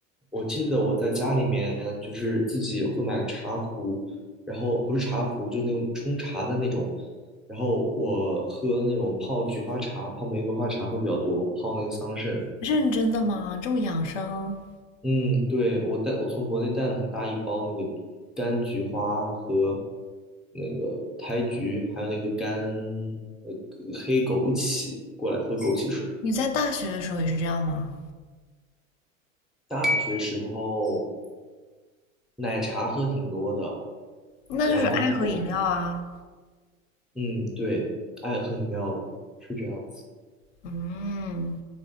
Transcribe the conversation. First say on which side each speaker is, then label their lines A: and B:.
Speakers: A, in the centre; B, on the left.
A: 我记得我在家里面就是自己会买个茶壶，然后不是茶壶，就那种冲茶的那种，然后我喝那种泡菊花茶、泡玫瑰花茶会比较多，泡那个桑葚。
B: 认真的吗？这么养生？
A: 嗯，对，我带我从国内带了很大一包那个柑菊花和那个胎菊，还有那个干呃黑枸杞过来喝枸杞水。
B: 你在大学的时候也是这样吗？
A: 大学时候奶茶喝挺多的，
B: 那就是爱喝饮料啊。
A: 然后，嗯，对，爱喝饮料的，是这样子。
B: 嗯，